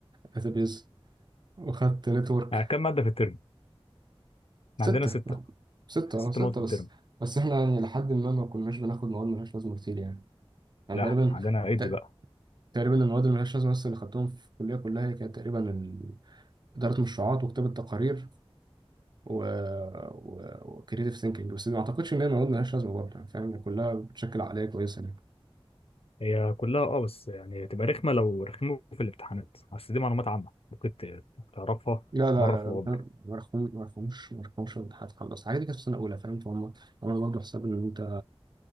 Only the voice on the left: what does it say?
يعني كم ماده في الترم احنا
عندنا سته
ست
مواد في الترم
لا
عندنا ايدي
بقى
هي كلها اه بس يعني تبقى رخمه لو رخموا في الامتحانات اصل دي معلومات عامه ممكن ت- تعرفها
مره
في
العمر